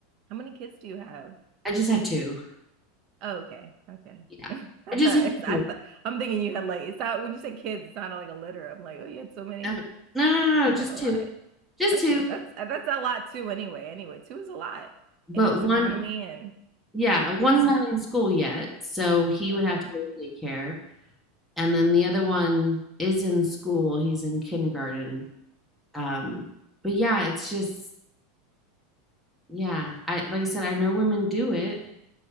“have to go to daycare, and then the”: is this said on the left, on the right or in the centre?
Centre